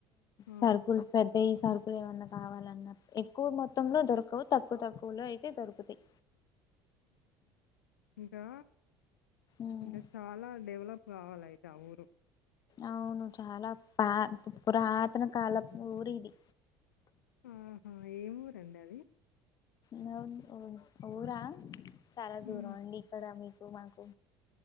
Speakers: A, on the left; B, on the left.
A: ఆ!
B: సరుకులు పెద్ సరుకులు ఏవన్నా కావాలన్న ఎక్కువ మొత్తంలో దొరకవు తక్కువ తక్కువలో అయితే దొరుకుతాయ్
A: ఇంకా
B: ఉమ్.
A: ఇంకా చాలా డెవలప్ కావాలయితే ఆ ఊరు
B: అవును చాలా పా పురాతన కాలపు ఊరిది
A: అహ ఎం ఊరండి అది
B: న ఊరా చాలా
A: హ్మ్.
B: దూరం అండి ఇక్కడ మాకు